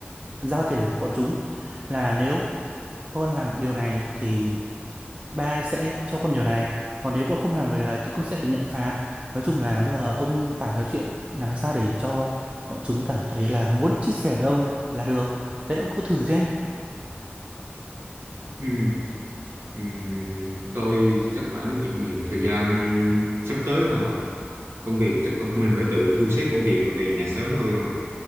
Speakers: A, on the right; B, on the right.
A: giao thiệp với bọn chúng là nếu con làm được điều này thì ba sẽ cho con điều này còn nếu con không làm được điều này thì con sẽ phải nhận phạt nói chung là bây giờ ông phải nói chuyện làm sao để cho bọn chúng cảm thấy là muốn chia sẻ với ông là được đấy ông cứ thử xem
B: ừ. Ừm, tôi chắc phải nói chuyện nhiều thời gian sắp tới là công việc chắc là mình phải tự thu xếp công việc rồi về nhà sớm thôi ông ạ